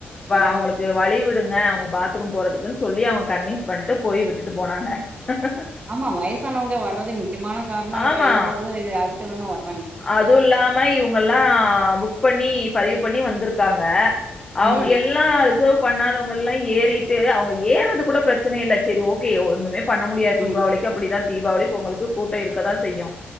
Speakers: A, on the right; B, on the left.
A: ஆ
B: அவங்களுக்கு வழி விடுங்க அவங்க பாத்ரூம் போறதுக்குன்னு சொல்லி அவங்க கன்வின்ஸ் பண்ணிட்டு போய் விட்டுட்டு போனாங்க <inaudible>
A: ஆமா வயசானவங்க வர்து முக்கியமான காரணம்
B: ஆமா.
A: ட்ரெயின்ல வர்து இது அதுத்துதானே வர்
B: அதுவும் இல்லாம இவங்க எல்லாம் பண்ணி பதிவு பண்ணி வந்திருக்காங்க அவங்க
A: ம்
B: எல்லாம் ரிசவ் பண்ணாதவங்க எல்லாம் ஏறிட்டு அவங்க ஏறது கூட பிரச்சனை இல்லை சேரி ஓகே ஒண்ணுமே பண்ண முடியாது
A: ம்
B: தீபாவளிக்கு அப்படித்தான் தீபாவளி பொங்களுக்கு கூட்டம் இருக்கதான் செய்யும்